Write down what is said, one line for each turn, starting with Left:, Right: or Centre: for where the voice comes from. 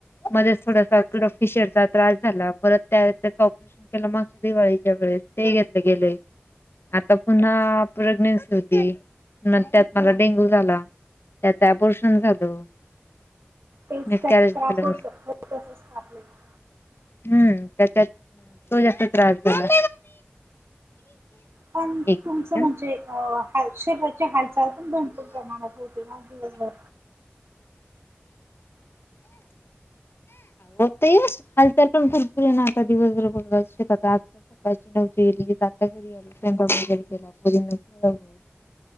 Left: मध्ये थोडसा कड फिशरचा त्रास झाला. परत त्या त्याच ऑपरेशन केलं मागस दिवाळीच्या वेळेस ते घेतले गेले. आता पुन्हा प्रेग्नेन्सी होती न त्यात मला डेंगू झाला. त्यात अबोरशन झालं.
Right: तेच
Left: मिसकॅरेज
Right: त्याचा त्रास
Left: झालं
Right: होऊ शकतो तसच कालेला.
Left: हम्म त्याच्यात तो जास्त त्रास झाला.
Right: पण
Left: एक मिनिट
Right: तुमचं म्हणजे ह हालचाल पण भरपूर प्रमाणात होते ना दिवसभर.
Left: ते हलचा पण भरपूे नाता दिीवस बरोबस ग आ सकाळची नवज गेली आता घरी आली स्वयंकापू घरी त्याला पुरी नव्हतीव.